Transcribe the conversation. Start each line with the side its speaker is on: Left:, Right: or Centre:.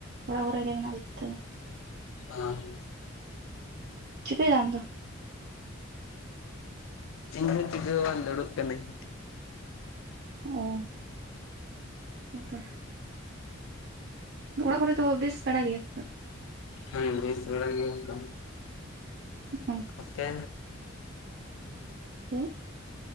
Right: ᱚᱲᱟᱜ ᱠᱚᱨᱮ ᱜᱮ ᱢᱮᱱᱟᱜ ᱞᱮ ᱱᱤᱛᱚᱜ ᱫᱚ᱾
Left: ᱚ᱾
Right: ᱪᱤᱠᱟᱹᱭ ᱫᱟᱢ ᱟᱢ ᱫᱚ?
Left: ᱤᱧᱦᱚᱸ ᱪᱤᱠᱟᱹ ᱦᱚᱸ ᱵᱟᱝ, ᱫᱩᱲᱩᱵ ᱠᱟᱹᱱᱟᱹᱧ᱾
Right: ᱚ, ᱦᱮᱸ ᱛᱚ᱾ ᱚᱲᱟᱜ ᱠᱚᱨᱮ ᱫᱚ ᱵᱮᱥ ᱵᱟᱲᱟ ᱜᱮᱭᱟ?
Left: ᱦᱮᱸ ᱵᱮᱥ ᱵᱟᱲᱟ ᱜᱮᱭᱟ ᱠᱚ᱾
Right: ᱚ,
Left: ᱟᱯᱮ
Right: ᱦᱮᱸ?